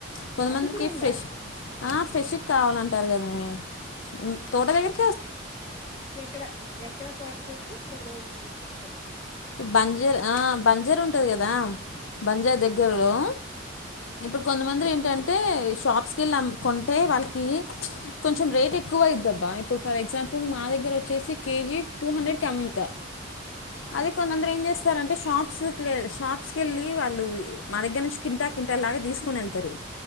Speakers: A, on the left; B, on the left.
A: కొంతమందికి
B: అది కూడా ఉందా
A: ఫ్రెష్ ఆ ఫ్రెష్ కావాలంటారు కదనే తోటదె గర్
B: ఎక్కడ ఎక్కడ తోట చెప్పు ఒక రోజు నేను వచ్చేస్తాను
A: బంజర్ ఆ బంజరు ఉంటది కదా బంజా
B: ఆహా
A: దగ్గరలో
B: అచ్చా
A: ఇప్పుడు కొంతమంది ఏంటంటే షాప్స్కి వెళ్ కొంటే వాళ్ళకి కొంచెం రేట్ ఎ ఎక్కువ ఐ దబ్బ ఇప్పుడు ఫర్ ఎగ్ గ్జాంపుల్ మా దగ్గర వచ్చేసి కేజీ టూ హండ్రెడ్కి అమ్ముతా
B: ఆ
A: అదె కొంద్ మందరు ఏం చేస్ స్తార్ అంటే షాప్స్కి వెళ్ళి షాప్స్కి వెళ్ళి వాళ్ళు మా దగ్గర నుంచి కింటా కింటా లాగా తీసుకుొని వెళ్తారు